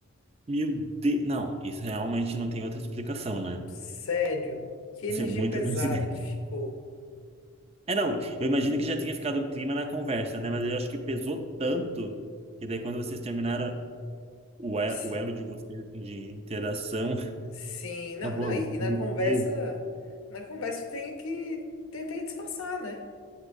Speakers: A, on the right; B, on the left.
A: Meu Deus. Não, isso realmente não tem outra explicação, né?
B: Sério? Que energia
A: Assim, muita
B: pesada
A: coincidência.
B: que ficou.
A: <laughs> É, não, eu imagino que já tenha ficado um clima na conversa, né? Mas eu acho que pesou tanto que daí quando vocês terminaram o, e-
B: Sim,
A: o elo de vocês, assim, de interação, <laughs>
B: sim. Não,
A: acabou.
B: não,
A: a luz.
B: e, e na
A: Meu
B: conversa.
A: Deus.
B: Na conversa eu tenho que. Tentei disfarçar, né?